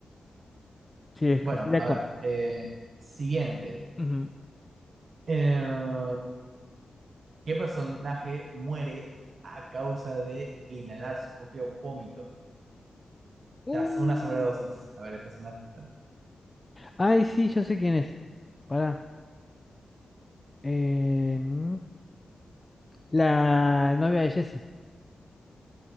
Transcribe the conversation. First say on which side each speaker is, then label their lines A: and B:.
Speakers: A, on the left; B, on the right.
A: Sí, es
B: bueno,
A: que sería
B: a
A: como.
B: ver, eh, siguiente.
A: Ujú.
B: Eh, ¿Qué personaje muere a causa de inhalar su propio vómito
A: Uh,
B: tras una sobredosis? A ver, esa es una pista más.
A: Ay, sí, yo sé quién es. Pará. Eh, mm, la novia de Jesse.